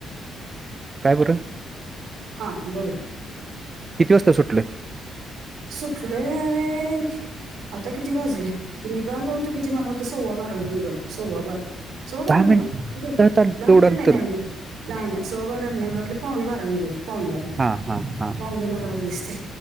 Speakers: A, on the right; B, on the right.
A: काय बरं.
B: हा बोला.
A: किती वाजता सुटले.
B: सुटलं आहे आता किती वाजले. निघाल हो तू किती मला वाटं सव्वा बारा निघालो सव्वा बार. सव्वाबारा
A: दहा
B: ला
A: मिनिटात
B: नाही हो किथ
A: आलं
B: दहा
A: तेवढं
B: मिनटं
A: अंतर
B: नाही नाही. नाही नाही नाही सव्वाबारा नाही मलावाटले पावणी बारा निघोलतो. पावणे बारा
A: हा हा हा
B: पावणे बारा वाजले असतील